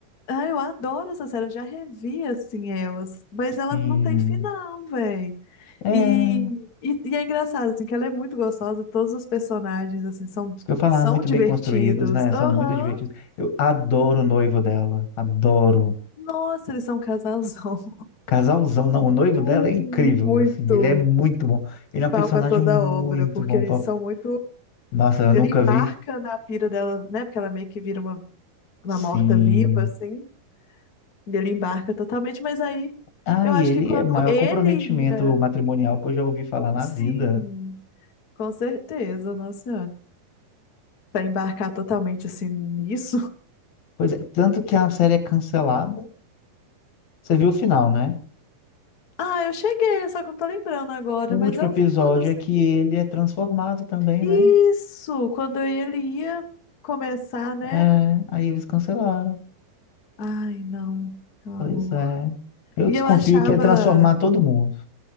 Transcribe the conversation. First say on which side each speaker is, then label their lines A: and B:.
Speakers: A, on the left; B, on the left.
A: ah, eu adoro essa série, eu já revi, assim, elas, mas
B: Sim.
A: ela não tem final, véi.
B: É.
A: E, e, e é engraçado, assim, que ela é muito gostosa, todos os personagens, assim, são,
B: Isso que eu ia falar,
A: são
B: muito
A: divertidos.
B: bem construídos, né?
A: Aham.
B: São muito divertidos. Eu adoro o noivo dela, adoro.
A: Nossa, eles são um casalzão. <laughs>
B: Casalzão, não, o noivo
A: Ai,
B: dela é incrível,
A: Muito
B: assim, ele é muito bom. Ele é um
A: pau
B: personagem
A: pra toda
B: muito
A: obra, porque
B: bom.
A: eles
B: pra-
A: são muito...
B: Nossa, eu
A: Ele
B: nunca
A: embarca
B: vi.
A: na pira dela, né? Porque ela meio que vira uma, uma
B: Sim.
A: morta-viva, assim. E ele embarca totalmente, mas aí
B: Ah,
A: eu
B: e
A: acho
B: ele
A: que quando
B: é o maior
A: ele
B: comprometimento
A: ia...
B: matrimonial que eu já ouvi falar na
A: Sim,
B: vida.
A: com certeza, nossa senhora. Pra embarcar totalmente, assim, nisso...
B: Pois é, tanto que a série é cancelada. Você viu o final, né?
A: Ah, eu cheguei, só que eu não tô lembrando agora,
B: O último
A: mas eu
B: episódio
A: vi tudo assim.
B: é que ele é transformado também,
A: Isso!
B: né?
A: Quando ele ia começar, né?
B: É, aí eles cancelaram.
A: Ai, não, meu
B: Pois
A: amor.
B: é. Eu
A: E
B: desconfio
A: eu achava.
B: que é transformar todo mundo.